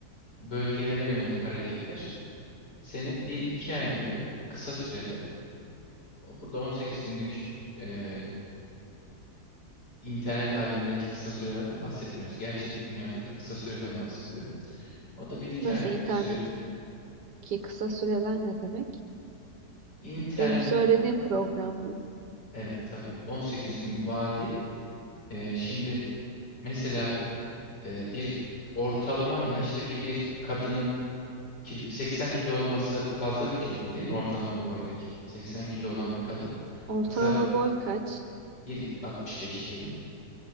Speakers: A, on the left; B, on the right.
A: bölgelere yönelik hareketler seni bir iki ay gibi kısa sürede O burada 18 günlük e, internet alemindeki kısa sürelerden bahsetmiyoruz. Gerçek dünyadaki kısa süreden bahsediyorum. O da bir iki
B: Nasıl
A: aylık
B: internetteki
A: bir sürede.
B: kısa süreler ne demek?
A: İnternet,
B: Benim söylediğim program mı?
A: evet tabii 18 gün vadi. E, şimdi mesela e, bir ortalama yaştaki bir kadının kil- 80 kilo olması fazla bir kilodur değil mi? Ortalama bir boydaki. 80 kilo olan bir kadın
B: Ortalama
A: kısa
B: boy kaç?
A: 1.65 diyelim.